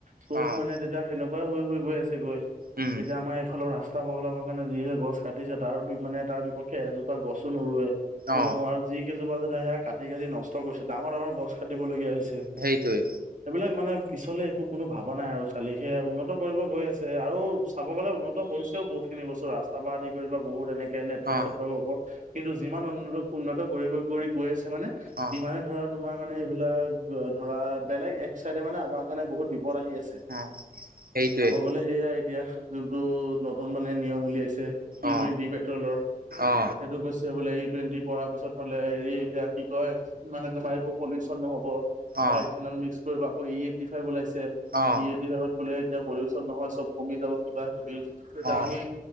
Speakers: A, on the right; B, on the right.
A: চব
B: অ'।
A: মানে তেতিয়া সেনেকুৱাই হৈ হৈ গৈ আছে গৈ,
B: উম
A: এতিয়া আমাৰ এইফালৰ ৰাস্তা। ৰাস্তা বহলাবৰ কাৰণে যিহে গছ কাটিছে তাৰ মানে তাৰ বিপক্ষে এজোপা গছো নৰুৱে! কোনো
B: অ
A: আৰু যি কেইজোপা যে দায়া কাটি কাটি নষ্ট কৰিছে ডাঙৰ ডাঙৰ গছ কাটিবলগীয়া হৈছে।
B: সেইটোৱে
A: তে এইবিলাক মানে! পিছলে একো কোনো ভাবা নাই আৰু খালি সেয়াই উন্নত কৰিব গৈ আছে আৰু চাব গ'লে উন্নত হৈছেও বহুত। খিনি বস্তু ৰাস্তা পা আদি কৰি বা বহুত এনেকে! তে নেটৱৰ্ক
B: অ
A: চেটৱৰ্কৰ ওপৰত কিন্তু যিমান উন্নত উন্নত কৰিব কৰি গৈ আছে! মানে
B: অ
A: ইমানে ধৰা তোমাৰ মানে এইবিলাক ধৰা বেলেগ এক চাইডে মানে আমাৰ কাৰণে বহুত বি! পদ আহি আছে
B: অ সেইটোৱে
A: চাব গলে সেইাই এতিয়া যোনটো নত! নন মানে নিয়ম উলিয়াইছে ই
B: অ
A: টুৱেণ্টি পেট্ৰলৰ!
B: অ
A: সেইটো কৈছে বোলে ই টুৱেণ্টি কৰাৰ পিছত বোলে হেৰি এতিয়া! কি কয় মানে তোমাৰ একো পলিউচন নহব বা
B: অ
A: ইথেনল মিক্স কৰিব আকৌ ই এইটি ফাইভ ওলাইছে।
B: অ
A: তে, ই এইটি ফাইভত বোলে এতিয়া পলিউচন নহয় চব কমি যাব কিবা বিত,
B: অ
A: আমি